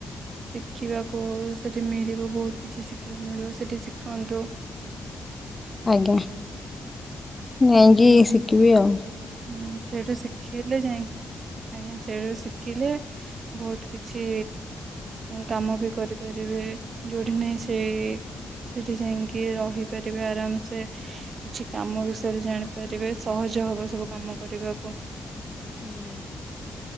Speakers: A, on the right (about 60°); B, on the left (about 20°).
A: ଶିଖିବାକୁ ସେଠି ମିଳିବ ବହୁତ କିଛି ଶିଖିବାକୁ ମିଳିବ ସେଠି ଶିଖନ୍ତୁ।
B: ଆଜ୍ଞା ଯାଇକି ଶିଖିବି ଆଉ।
A: ଉଁ ସେଇଠୁ ଶିଖିଲେ ଯାଇ ଆଜ୍ଞା ସେଇଠୁ ଶିଖିଲେ ବହୁତ କିଛି କାମ ବି କରିପାରିବେ ଯୋଉଠି ନାଇଁ ସେଇ ସେଇଠି ଯାଇକି ରହିପାରିବେ ଆରାମସେ କିଛି କାମ ବିଷୟରେ ଜାଣିପାରିବେ ସହଜ ହବ ସବୁ। କାମ କରିବାକୁ।
B: ହୁଁ